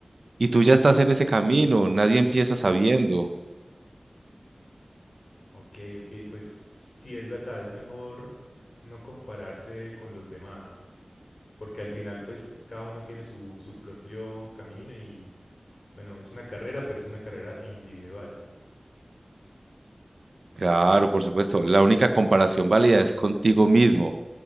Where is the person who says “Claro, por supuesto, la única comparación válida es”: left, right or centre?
Right